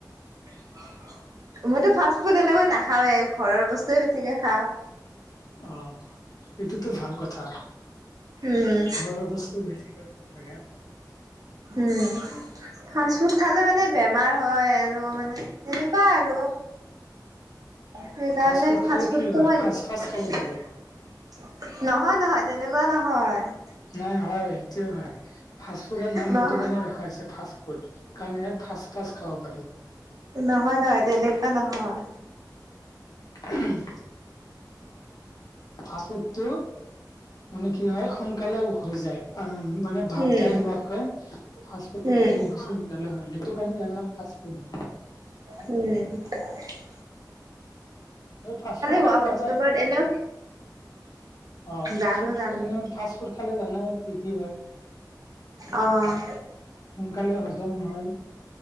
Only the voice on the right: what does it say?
<unintelligible> মইতো ফাষ্ট ফুড এনেকৈ নাখাওে ঘৰৰ বস্তুৱে বেছিকে খাওঁ।
উম।
উমঁ, ফাষ্ট ফুড খালে মানে বেমাৰ হয় আৰু মানে এনে- কোৱা আৰু- সেইকাৰণে
ফাষ্ট
ফুডটো
মই
- নহয়-নহয় তেনেকুৱা নহয়।
নহয়
নহয় নহয় তেনেকুৱা নহয়।
উম,
উম,
উমঁ!
হোৱা
বস্তুবোৰত এনেও
জানো
জানো
অঁ!